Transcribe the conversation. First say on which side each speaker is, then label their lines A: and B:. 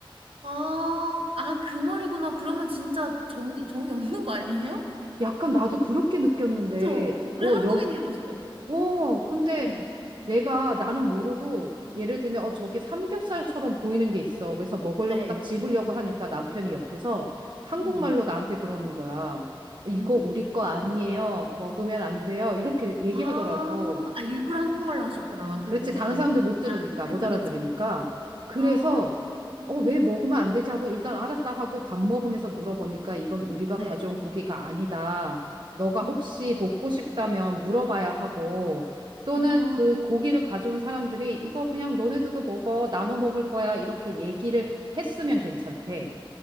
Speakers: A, on the right; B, on the right.
A: 아, 아, 그 말이구나. 그러면 진짜 정이, 정이 없는 거 아니에요?
B: 약간 나도 그렇게 느꼈는데,
A: 그죠? 우리
B: 어,
A: 한국인이라서.
B: 여, 어, 근데
A: 음,
B: 내가 나는 모르고 예를 들면 어 저게 삼겹살처럼 보이는 게 있어. 그래서 먹으려고
A: 네.
B: 딱 집으려고 하니까 남편이 옆에서 한국말로
A: 음,
B: 나한테 그러는 거야. 이거
A: 음.
B: 우리 거 아니에요. 먹으면 안 돼요. 이렇게 얘기하더라고.
A: 아, 아, 일부러 한국말로 하셨구나, 남편분이.
B: 그렇지. 다른 사람들 못 들으니까,
A: 아, 그쵸,
B: 못 알아들으니까.
A: 그쵸.
B: 그래서,
A: 아,
B: 어, 왜 먹으면 안 되지 하고 일단 알았다 하고 밥 먹으면서 물어보니까 이건 우리가
A: 네.
B: 가져온 고기가 아니다. 너가
A: 음.
B: 혹시 먹고 싶다면 물어봐야 하고 또는
A: 아,
B: 그 고기를 가져온 사람들이 이거 그냥 너네들도 먹어. 나눠 먹을 거야. 이렇게 얘기를 했으면 괜찮대.